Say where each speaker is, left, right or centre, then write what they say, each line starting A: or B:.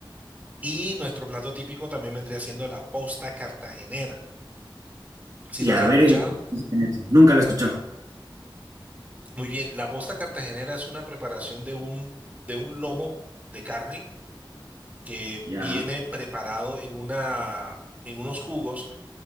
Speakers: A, on the right; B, on the right.
A: Y nuestro plato típico también vendría siendo la posta cartagenera. ¿Sí
B: Y
A: lo
B: a
A: has escuchado?
B: ver, ¿en qué consiste nunca lo escuchó.
A: Muy bien, la posta cartagenera es una preparación de un, de un lomo de carne que
B: Ya.
A: viene preparado en una, en unos jugos